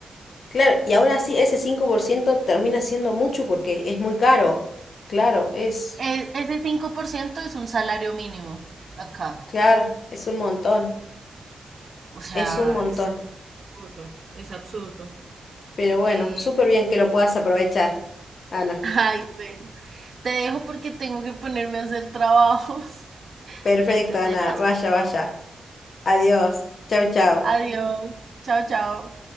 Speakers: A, on the left; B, on the right.
A: Claro, y aún así ese 5% termina siendo mucho porque es muy caro. Claro, es,
B: E- ese 5% es un salario mínimo acá.
A: claro, es un montón.
B: O sea,
A: Es un montón,
B: es Absurdo, es absurdo.
A: pero bueno,
B: eh,
A: súper bien que lo puedas aprovechar, Ana.
B: <laughs> ay, bueno. Te dejo porque tengo que ponerme a hacer trabajos. <laughs>
A: Perfecto,
B: Ya entenderás.
A: Ana. Vaya, vaya. Adiós. Chau, chau.
B: Adiós. Chao, chao.